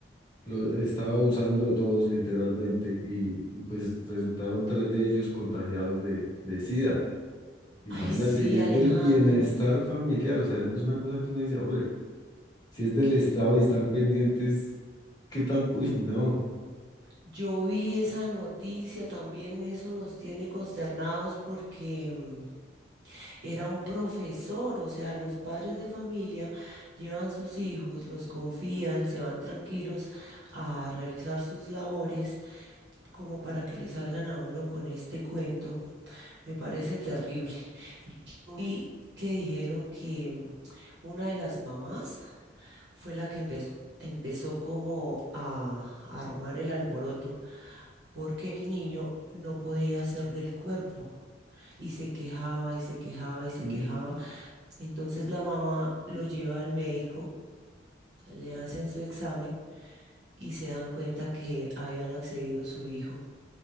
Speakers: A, on the left (about 20°); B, on the right (about 65°).
A: los estaba abusando de todos literalmente y, y, pues resultaron tres de ellos contagiados de, de SIDA. Imagínate,
B: Ay, sí,
A: y es
B: Alejandro.
A: del bienestar familiar, o sea, es una cosa que uno dice, hombre, si es del Estado y están pendientes, ¿qué tan? Uy, no,
B: Yo vi esa noticia, también eso nos tiene consternados porque mm, era un profesor, o sea, los padres de familia llevan sus hijos, los confían, se van tranquilos a realizar sus labores, como para que le salgan a uno con este cuento. Me parece terrible. Yo vi que dijeron que mm, una de las mamás fue la que empezó, empezó como a, a armar el alboroto porque el niño no podía hacer del cuerpo y se quejaba y se quejaba y se
A: y
B: quejaba. Entonces la mamá lo lleva al médico, le hacen su examen y se dan cuenta que habían accedido a su hijo.